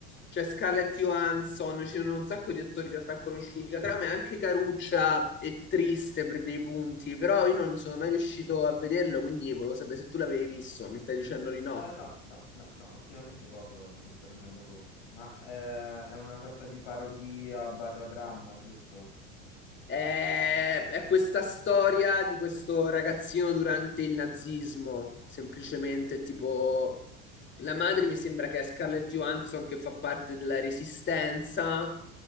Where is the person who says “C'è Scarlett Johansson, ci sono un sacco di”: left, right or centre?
Left